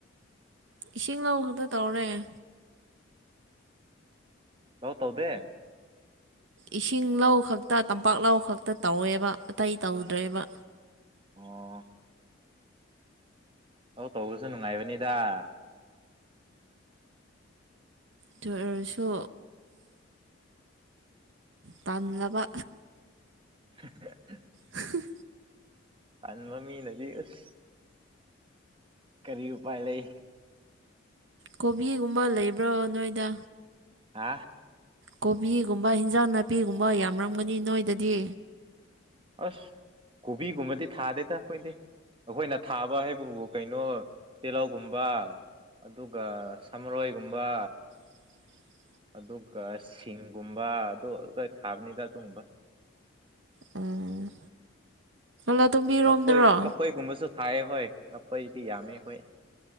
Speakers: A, on the right (about 70°); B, on the right (about 25°).
A: ꯏꯁꯤꯡ ꯂꯧꯗꯨꯗ ꯇꯧꯔꯂꯩꯌꯦ
B: ꯂꯧ ꯇꯧꯗꯦ
A: ꯏꯁꯤꯡ ꯂꯧꯈꯛꯇ ꯇꯝꯄꯥꯛ ꯂꯧ ꯈꯛꯇ ꯇꯧꯋꯦꯕ ꯑꯇꯩ ꯇꯧꯗ꯭ꯔꯦꯕ
B: ꯑꯣꯑꯥ ꯑꯧ ꯇꯧꯕꯖꯨ ꯅꯨꯡꯉꯥꯏꯕꯅꯤꯗꯥꯑꯥ
A: ꯗꯨꯑꯣꯢꯔꯁꯨ ꯇꯥꯟꯂꯕ
B: INAUDIBLE
A: INAUDIBLE
B: ꯍꯟꯕꯃꯤꯅꯗꯤ ꯎꯁ ꯀꯔꯤ ꯎꯄꯥꯏ ꯂꯩ
A: ꯀꯣꯕꯤꯒꯨꯝꯕ ꯂꯩꯕ꯭ꯔꯣ ꯅꯣꯏꯗ
B: ꯍꯥꯑꯥ
A: ꯀꯣꯕꯤꯒꯨꯝꯕ ꯍꯤꯟꯖꯥꯡ-ꯅꯥꯄꯤꯒꯨꯝꯕ ꯌꯥꯝꯔꯝꯒꯅꯤ ꯅꯣꯏꯗꯗꯤ
B: ꯑꯥꯁ ꯀꯣꯕꯤꯒꯨꯝꯕꯗꯤ ꯊꯥꯗꯦꯗꯑꯩꯈꯣꯏꯗꯤ ꯑꯩꯈꯣꯏꯅ ꯊꯥꯕ ꯍꯥꯏꯕꯕꯨ ꯀꯩꯅꯣ ꯇꯤꯜꯍꯧꯒꯨꯝꯕꯥ ꯑꯗꯨꯒ ꯥ ꯁꯥꯃꯔꯣꯏꯒꯨꯝꯕ
A: INAUDIBLE
B: ꯑꯥꯗꯨꯒ ꯁꯤꯡꯒꯨꯝꯕ ꯑꯗꯨ ꯑꯗꯨꯈꯛꯇ ꯊꯥꯕꯅꯤꯗ ꯑꯗꯨꯒꯨꯝꯕ
A: ꯎꯝ ꯂꯥꯇꯣꯝꯕꯤꯔꯣꯝꯗꯔꯣ
B: ꯂꯐꯣꯏ ꯂꯐꯣꯏꯒꯨꯝꯕꯁꯨ ꯊꯥꯏꯌꯦ ꯍꯣꯢ ꯂꯐꯣꯏꯗꯤ ꯌꯥꯝꯃꯦ ꯑꯩꯈꯣꯏ